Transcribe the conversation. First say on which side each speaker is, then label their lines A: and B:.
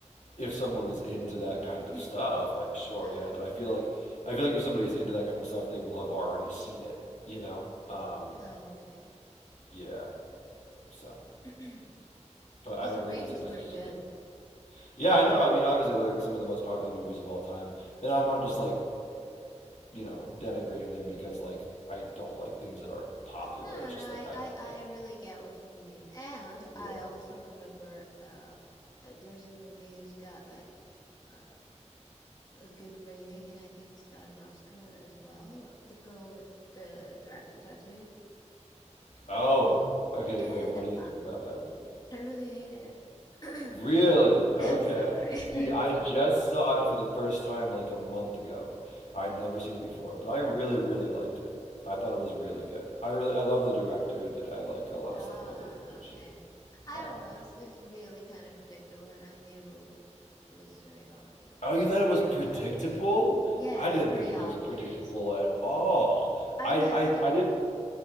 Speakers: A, on the left; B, on the left.
A: if someone is into that kind of stuff,
B: <clears throat>
A: like sure,
B: Uh-huh.
A: yeah. But I feel like I feel like if somebody is into that kind of stuff, they will have already seen it. You know, um,
B: Oh, okay.
A: yeah. So,
B: <clears throat>
A: but
B: Because
A: I don't
B: the rating's
A: think it's like necessarily.
B: pretty good.
A: Yeah, I know. I mean, obviously, like some of the most popular movies of all time, and I'm not just like you know, denigrating them because like I don't like things that are popular.
B: No, no,
A: It's just
B: no. I,
A: like I
B: I,
A: don't
B: I
A: like.
B: really get what you mean. And
A: Yeah.
B: I also remember uh uh, there's a movie who's got like uh, a good rating and I think it's got an Oscar as well. The girl with the dragon tattoo.
A: Oh, okay.
B: And
A: Wait, what do you
B: uh,
A: think about that movie?
B: I really hate it. <clears throat>
A: Really? Okay.
B: I'm sorry.
A: See,
B: <laughs>
A: I just saw it for the first time like a month ago. I'd never seen it before, but I really, really liked it. I thought it was really good. I really, I love the director who did it. I like a lot
B: Ah,
A: of stuff by David Fincher.
B: okay. I
A: Um,
B: don't know. It's it's really kind of predictable and I knew who was doing all of it.
A: oh, you
B: It
A: thought
B: was
A: it
B: very
A: was predictable?
B: obvious. Yeah,
A: I
B: it
A: didn't
B: was pretty
A: think it
B: obvious.
A: was predictable at all.
B: I
A: I,
B: guessed
A: I,
B: it
A: I
B: pretty
A: didn't